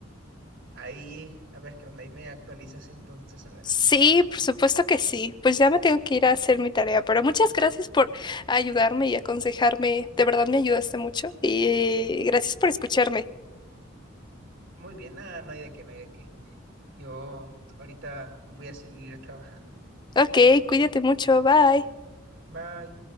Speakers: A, on the right; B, on the left.
A: ahí, a ver qué onda, ahí me actualizas entonces, a ver.
B: Sí, por supuesto que sí. Pues ya me tengo que ir a hacer mi tarea, pero muchas gracias por ayudarme y aconsejarme. De verdad me ayudaste mucho y gracias por escucharme.
A: Muy bien, ah, no hay de qué, no hay de qué. Yo ahorita voy a seguir trabajando.
B: Ok, cuídate mucho. Bye.
A: Bye.